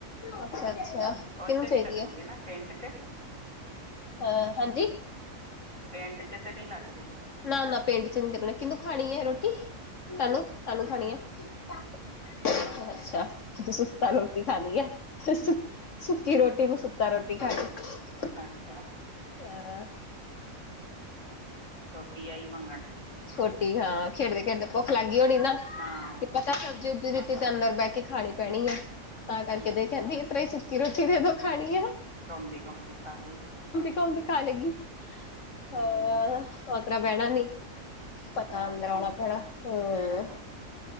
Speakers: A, on the left; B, on the right.
A: ਅੱਛਾ ਅੱਛਾ
B: ਉਹ
A: ਕਿਹਨੂੰ
B: ਚ
A: ਚਾਹੀਦੀ
B: ਨੀ ਲੱਗੂਗੇ
A: ਏ
B: ਨਾ ਪੇਂਟ ਚ
A: ਅਹ ਹਾਂਜੀ
B: ਪਿੰਡ ਚ ਤੇ ਨਹੀਂ ਲੱਗਦੇ
A: ਨਾ ਨਾ ਪਿੰਡ ਚ ਨੀ ਲੱਗਣਾ ਕਿਹਨੂੰ ਖਾਣੀ ਹੈ ਰੋਟੀ ਹੈਲੋ ਹੈਲੋ ਹੈਲੋ ਅ ਅੱਛਾ ਸੁੱਤਾ ਰੋਟੀ ਖਾਲੀ ਐ ਸੁ ਸੁੱਕੀ ਰੋਟੀ ਮ ਸੁਤਾ ਰੋਟੀ ਖਾਣੀ
B: ਅੱਛਾ
A: ਹਾਂ
B: ਰੋਟੀ ਆਈ ਮੰਗਣ
A: ਛੋਟੀ ਹਾਂ ਖੇਡਦੇ ਖੇਡਦੇ ਭੁੱਖ ਲੱਗ ਗਈ ਹੋਣੀ ਨਾ
B: ਹਾਂ
A: ਕੀ ਪਤਾ ਸਜ ਜਿਦੇ ਤੇ ਤਾਨੂੰ ਲਗਦਾ ਕੇ ਖਾਣੀ ਪੈਣੀ ਆ ਤਾਂ ਕਰਕੇ
B: ਹਮ
A: ਦੇ ਕਹਿੰਦੀ ਆ ਤ੍ਹਾਂ ਹੀ ਸੁੱਕੀ ਰੋਟੀ ਦੇਦੋਂ ਖਾਣੀ ਆ
B: ਕੰਮਦੀ ਕਮਦੀ ਖਾ ਲੂਗਏ
A: ਮਦੀ ਖਾ ਲਗੀ ਅਹ ਓ ਤਰਾ ਬਹਿਣਾ ਨੀ। ਪਤਾ
B: ਹਾਂ
A: ਅੰਦਰ ਆਉਣਾ ਪੈਣਾ ਹਮ।
B: ਹਾਂ